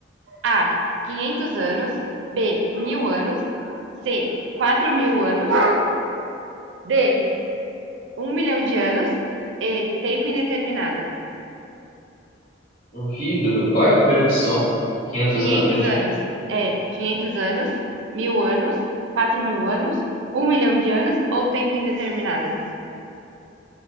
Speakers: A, on the right; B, on the left.
A: A. 500 anos. B. Mil anos. C. 4 mil anos. D. um milhão de anos e tempo indeterminado.
B: Um vidro. Qual é a primeira opção? 500
A: quinhentos
B: anos?
A: anos é quinhentos anos, mil anos, quatro mil anos, um milhão de anos ou tempo indeterminado.